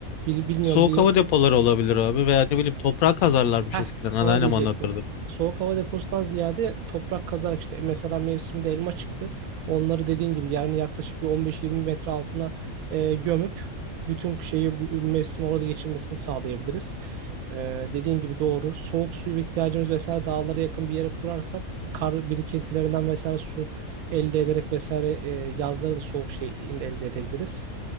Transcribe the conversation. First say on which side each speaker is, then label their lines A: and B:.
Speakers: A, on the right; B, on the left.
A: Bil- Bilmiyorum
B: soğuk
A: bir
B: hava depoları olabilir abi veya ne bileyim toprağa kazarlarmış
A: Heh,
B: eskiden anneannem
A: ona diyecektim.
B: anlatırdı.
A: Soğuk hava deposundan ziyade toprak kazarak işte mesela mevsiminde elma çıktı. Onları dediğin gibi yerini yaklaşık bir 15-20 metre altına e, gömüp bütün şeyi mevsimi orada geçirmesini sağlayabiliriz. E, dediğin gibi doğru. Soğuk suyu ihtiyacımız vesaire dağlara yakın bir yere kurarsak kar birikintilerinden vesaire su elde ederek vesaire e, yazları da soğuk şey elde edebiliriz.